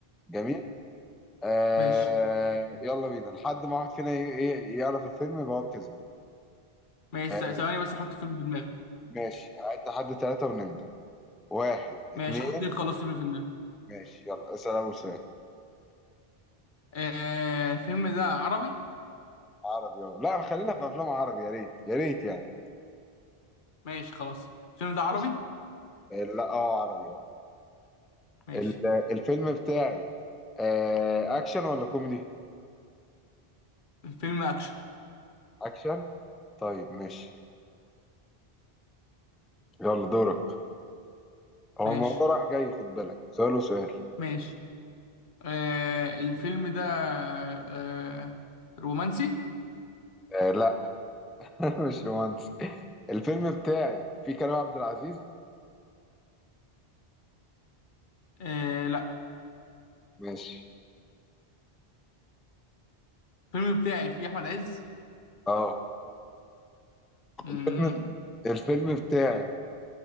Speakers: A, in the centre; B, on the left (about 55°).
A: جميل آه...
B: ماشي
A: يلا بينا لحد ما واحد فينا ي... ي- يعرف الفيلم يبقى هو الكسبان
B: ماشي
A: آه،
B: ث- ثواني بس احط فيلم في دماغي
A: ماشي عد لحد ثلاثة ونبدأ واحد اتنين
B: ماشي حطيت خلاص فيلم في دماغي
A: ماشي يلا اسأل أول سؤال
B: آه الفيلم ده عربي
A: عربي اه لا خلينا في أفلام عربي يا ريت يا ريت يعني
B: ماشي خلاص الفيلم ده عربي
A: ماشي لا اه عربي اه
B: ماشي
A: ال- الفيلم بتاعي آه أكشن ولا كوميدي؟
B: الفيلم اكشن
A: أكشن طيب ماشي يلا دورك هو
B: ماشي
A: الموضوع راح جاي خد بالك سؤال وسؤال
B: ماشي آه الفيلم ده آه رومانسي
A: آه لا <laughs> مش رومانسي الفيلم بتاعي فيه كريم عبد العزيز
B: آه لا
A: ماشي
B: الفيلم بتاعي فيه احمد عز
A: اه
B: مم.
A: الفيلم الفيلم بتاعي